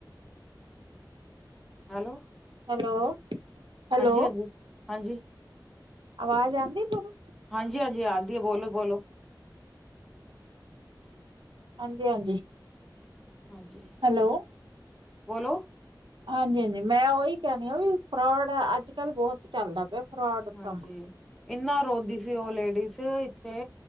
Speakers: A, in the centre; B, on the right.
A: ਹੈਲੋ
B: ਹੈਲੋ ਹੈਲੋ
A: ਹਾਂਜੀ ਹਾਂਜੀ ਹਾਂਜੀ
B: ਆਵਾਜ਼ ਆਉਂਦੀ ਤੁਹਾਨੂੰ
A: ਹਾਂਜੀ ਹਾਂਜੀ ਆਉਂਦੀ ਹੈ ਬੋਲੋ ਬੋਲੋ
B: ਹਾਂਜੀ ਹਾਂਜੀ
A: ਹਾਂਜੀ
B: ਹੈਲੋ
A: ਬੋਲੋ
B: ਹਾਂਜੀ ਹਾਂਜੀ ਮੈਂ ਉਹੀ ਕਹਿਣੀ ਆ ਵੀ ਫਰੋਡ ਅੱਜ ਕੱਲ ਬਹੁਤ ਚੱਲਦਾ ਪਿਆ ਫਰੋਡ ਕੰਮ
A: ਹਾਂਜੀ ਇੰਨਾ ਰੋਂਦੀ ਸੀ ਉਹ ਲੇਡੀਜ਼ ਇੱਥੇ